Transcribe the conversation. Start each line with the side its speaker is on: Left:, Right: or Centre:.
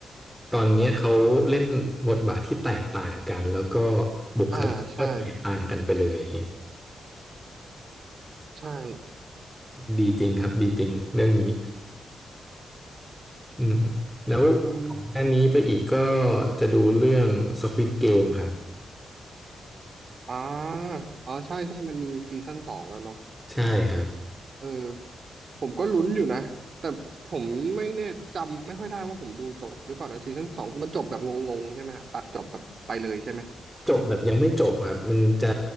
Centre: ตอนเนี้ยเขาเล่นบทบาทที่แตกต่างกันแล้วก็บุคลิกก็แตกต่างกันไปเลยอย่างเงี้ย
Right: อ่าใช่ใช่
Centre: ดีจริงครับดีจริงเรื่องนี้อืมแล้วของหน้านี้ไปอีกก็
Right: มัน
Centre: จะดูเรื่อง Squid Game ครับ
Right: อ่าอ๋อใช่ใช่มันมีซีซั่นสองแล้วเนาะ
Centre: ใช่ครับ
Right: เออผมก็ลุ้นอยู่นะแต่ผมไม่แน่จำไม่ค่อยได้ว่าผมดูจบหรือเปล่านะซีซั่นสองมันจบแบบงงๆใช่ไหมฮะตัดจบแบบไปเลยใช่ไหม
Centre: จบแบบยังไม่จบครับมันจะ